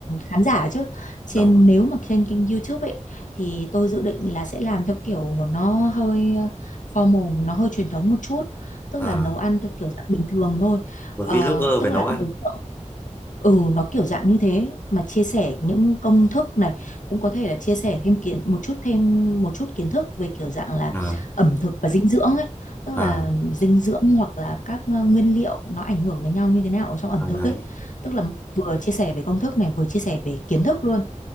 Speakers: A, on the left; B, on the left.
A: khán giả chứ trên
B: đó
A: nếu mà trên kênh YouTube ấy thì tôi dự định là sẽ làm theo kiểu nó hơi ờ, formal nó hơi truyền thống một chút tức
B: Ờ,
A: là nấu ăn theo kiểu dạng bình thường thôi
B: một
A: Ờ,
B: vlogger
A: tức
B: về nấu
A: là
B: ăn
A: đối tượng Ừ nó kiểu dạng như thế mà chia sẻ những công thức này cũng có thể là chia sẻ thêm kiến một chút thêm một chút kiến thức về kiểu dạng là
B: à
A: ẩm thực và dinh dưỡng ấy tức
B: à
A: là dinh dưỡng hoặc là các ờ, nguyên liệu nó ảnh hưởng đến nhau như thế nào ở trong ẩm
B: à
A: thực
B: đấy
A: ấy tức là vừa chia sẻ về công thức này vừa chia sẻ về kiến thức luôn